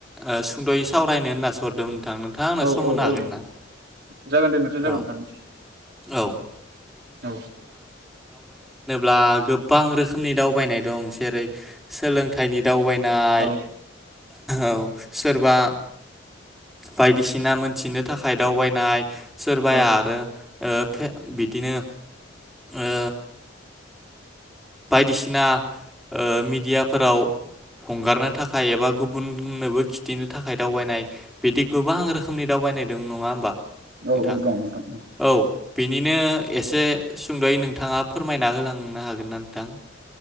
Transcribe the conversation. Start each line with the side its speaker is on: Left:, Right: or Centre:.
Centre: ओ सुंदयै सावरायनो होननासो हरदोंमोन नोंथां नोंथाङा आंनो
Right: औ-औ-औ
Centre: सम होनो हागोन ना?
Right: जागोन दे नोंथां जागोन
Centre: औ
Right: हागोन
Centre: औ
Right: औ
Centre: आ गोबां रोखोमनि दा दावबायनाय दं जेरै सोलोंथाय बिफ दावबायनाय
Right: औ
Centre: औ सोरबा बायदिसिना मोनथिनो थाखाय दावबायनाय सोरबाया
Right: औ
Centre: आरो ओ बिदिनो ओ बायदिसिना ओ मिडियाफोराव हंगारनो थाखाय एबा गुबुननोबो खिथिनो थाखाय दावबायनाय बिदि गोबां रोखोमनि दावबायनाय दं नङा बा
Right: औ
Centre: नोंथां
Right: औ दं नोंथां
Centre: औ बेनिनो एसे सुंदयै नोंथाङा फोरमायना होलां हागोन ना नोंथां